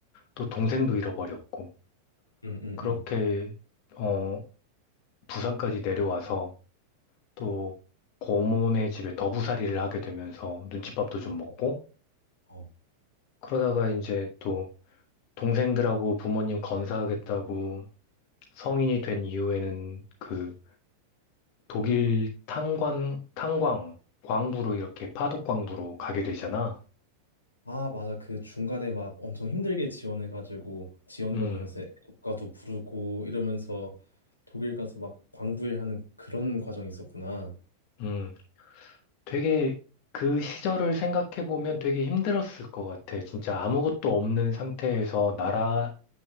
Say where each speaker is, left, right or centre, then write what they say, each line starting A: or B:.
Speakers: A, on the left (about 45°); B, on the left (about 80°).
A: 또 동생도 잃어버렸고
B: 응, 응,
A: 그렇게,
B: 응.
A: 어, 부산까지 내려와서 또 고모네 집에 더부살이를 하게 되면서 눈칫밥도 좀 먹고
B: 어, 어.
A: 그러다가 이제 또 동생들하고 부모님 건사하겠다고 성인이 된 이후에는 그 독일 탄광, 탄광, 광부로 이렇게 파독광부로 가게 되잖아.
B: 아, 맞아. 그 중간에 막 엄청 힘들게 지원해가지고 지원
A: 음,
B: 과정에서 애국가도 부르고 이러면서 독일 가서 막 광부일하는 그런 과정이 있었구나.
A: 음. 되게 그 시절을 생각해보면 되게 힘들었을 것 같아. 진짜 아무것도 없는 상태에서 나라,